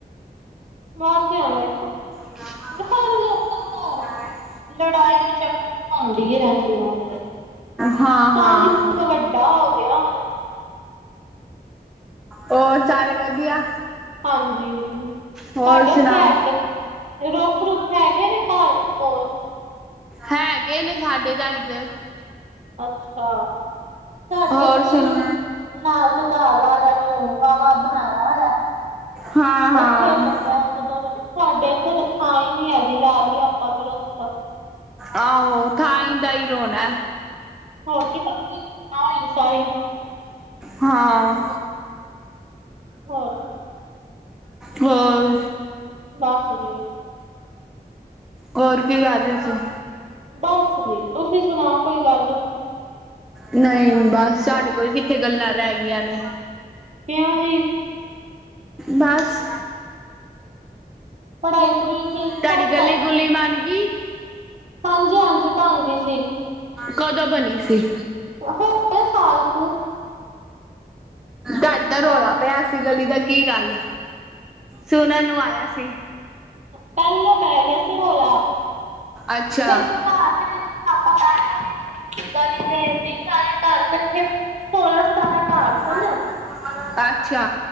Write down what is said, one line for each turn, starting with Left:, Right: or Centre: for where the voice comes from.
Right: ਬਾਦ ਚ ਹੀ ਹੋਣਾ, ਵੇਖੋ
Centre: <unintelligible>
Right: ਹਰ ਲੋਕਾਂ ਘਰ ਨਾ ਲੜਾਈ ਚੱ ਹੁੰਦੀ ਹੀ ਰਹਿੰਦੀ ਆ ਉੱ ਤੇ
Centre: ਹਾਂ ਹਾਂ
Right: ਕੱਲ ਇਕ ਵੱਡਾ ਹੋ ਗਿਆ ਹੁਣ
Centre: ਹੋਰ ਸਾਰੇ ਵਧੀਆ
Right: ਹਾਂਜੀ। ਤੁਹਾਡੇ
Centre: ਹੋਰ
Right: ਉਥੇ
Centre: ਸੁਣਾਓ
Right: ਹੈਗੇ, ਰੁੱਖ ਰੁੱਖ ਹੈਗੇ ਨੇ ਘਰ ਦੇ ਕੋਲ
Centre: ਹੈਗੇ ਨੇ ਸਾਡੇ ਤਾਂ ਐਧਰ।
Right: ਅੱਛਾ, ਸਾਡੇ
Centre: ਹੋਰ
Right: ਇੱਥੇ
Centre: ਸੁਣਾ
Right: ਵੀ ਨਾਲ ਕਟਾਰ ਵਾਲਿਆਂ ਨੇ ਵਾਹਵਾ ਬਿਠਾਇਆ ਹੋਇਆ
Centre: ਹਾਂ। ਹਾਂ
Right: ਉੱਥੇ ਲੱਗਾ ਇੱਕ ਦੋ ਰੋਜ਼ ਸਾਡੇ ਇੱਥੇ ਤਾਂ ਥਾਂ ਹੀ ਨੀ ਹੈਗੀ ਲਾ ਲਈ ਆਪਾਂ ਵੀ ਰੋਕ ਟੋਕ
Centre: ਆਹੋ ਖਾਈ ਦਾ ਹੀ ਰੋਣਾ
Right: ਹੋਰ ਕੀ ਪੱਕੀ ਆ ਰਹੀ ਸਾਰੇ
Centre: ਹਾਂ
Right: ਹੋਰ ਕੀ
Centre: ਹੋਰ
Right: ਬਸ ਜੀ
Centre: ਹੋਰ ਕੀ ਕਰ ਰਹੇ ਸੀ।
Right: ਬਸ ਜੀ ਤੁਸੀਂ ਸੁਣਾਓ ਕੋਈ ਗੱਲ
Centre: ਨਹੀਂ ਬਸ ਸਾਡੇ ਕੋਲ ਕਿੱਥੇ ਗੱਲਾਂ ਰਹਿ ਗਈਆਂ ਨੇ
Right: ਕਿਹਾ ਜੀ
Centre: ਬੱਸ
Right: ਪੜਾਈ ਪੜ੍ਹ ਠੀਕ
Centre: ਤੁਹਾਡੀ
Right: ਠਾਕ
Centre: ਗਲੀ
Right: ਚੱਲ
Centre: ਗੁਲੀ ਬੰਨ ਗਈ
Right: ਹਾਂਜੀ ਹਾਂਜੀ ਬਣ ਗਈ ਸੀ।
Centre: ਕਦੋਂ ਬਣੀ ਸੀ।
Right: ਹੋ ਗਏ ਸਾਲਕੂ
Centre: ਘਟ ਤਾਂ ਰੌਲਾ
Right: ਬਣ
Centre: ਪਿਆ ਸੀ ਗਲੀ ਦਾ ਕੀ ਗੱਲ ਸੋਨਾ ਨੂੰ ਆਇਆ ਸੀ।
Right: ਪਹਿਲੇ ਪੈ ਗਿਆ ਸੀ ਰੋਲਾ
Centre: ਅੱਛਾ,
Right: ਘਰ ਕਹਿੰਦੇ ਵੀ ਆਪਾਂ ਪੈਸੇ ਨੀ ਦੇਣੇ ਗਲੀ ਦੇ ਸਾਰੇ ਘਰ ਇਕੱਠੇ ਸੋਲਾਂ ਸਤਾਰਾਂ ਘਰ
Centre: <unintelligible>
Right: ਸਨ
Centre: ਅੱਛਾ।